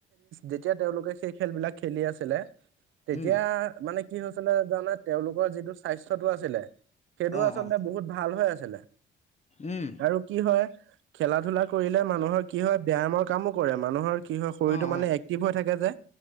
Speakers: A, on the right; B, on the left.
A: যেতিয়া তেওঁলোকে সেই খেল বিলাক খেলি আছিলে তেতিয়া
B: উম,
A: মানে কি হৈছিলে জানে তেওঁলোকৰ যিটো স্বাস্থ্যটো আছিলে সেইটো
B: অ',
A: আচলতে
B: অ',
A: বহুত ভাল হৈ আছিল।
B: উম,
A: আৰু কি হয় খেলা ধূলা কৰিলে মানুহৰ কি হয় ব্যায়ামৰ কামো মানুহৰ কি হয় শৰীৰটো
B: অ',
A: মানে
B: অ',
A: এক্টিভ হৈ থাকে যে